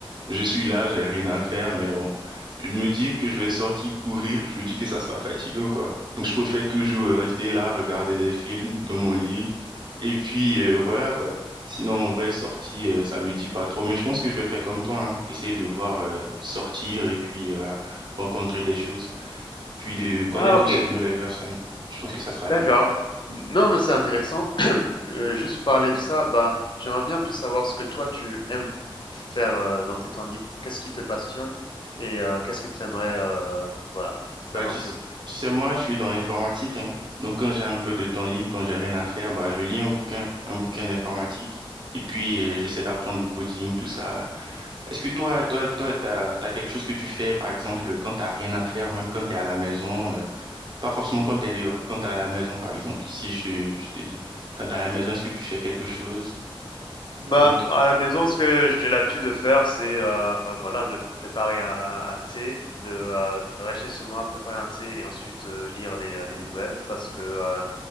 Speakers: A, on the right; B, on the left.
A: Je suis là, j'ai rien à faire, mais bon, me dire que je vais sortir courir, je me dis que ça sera fatigant, quoi. Donc, je préfère toujours euh, rester là, regarder des films dans mon lit. Et puis, euh, voilà, quoi. Sinon, en vrai, sortir, euh, ça me dit pas trop. Mais je pense que je vais faire comme toi, hein. Essayer de voir, euh, sortir et puis, euh, voilà, rencontrer des choses puis de connaître
B: Ah OK,
A: aussi de nouvelles personnes. Je pense que ça sera
B: d'accord.
A: bien.
B: non, mais c'est intéressant. Heu, juste parler de ça, ben, j'aimerais bien plus savoir ce que toi tu aimes faire, heu, dans tes temps libres. Qu'est-ce qui te passionne et heu, qu'est-ce que tu aimerais, heu, voilà, faire
A: Bah, tu,
B: un peu?
A: s- tu sais, moi, je suis dans l'informatique, hein. Donc, quand j'ai un peu de temps libre, quand j'ai rien à faire, bah, je lis un bouquin, un bouquin d'informatique. Et puis, euh, j'essaie d'apprendre le coding, tout ça. Est-ce que toi, toi, toi, t'as, t'as quelque chose que tu fais, par exemple, quand t'as rien à faire, même quand t'es à la maison, euh, pas forcément quand t'es dehors, quand t'es à la maison, par exemple, si je te, je te dis, quand t'es à la maison, est-ce que tu fais quelque chose?
B: Bah,
A: Un truc.
B: à la maison, ce que j'ai l'habitude de faire, c'est, heu, voilà, de préparer un un thé, de, heu, de rester chez moi, préparer un thé et ensuite, heu, lire les, heu, les nouvelles parce que, heu,